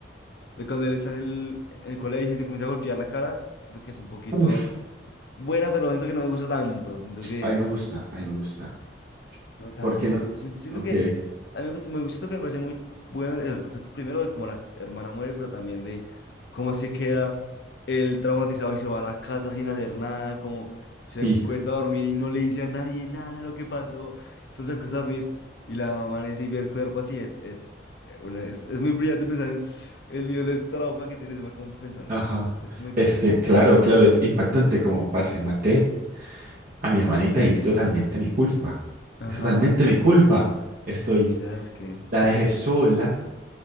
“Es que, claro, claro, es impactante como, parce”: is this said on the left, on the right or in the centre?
Right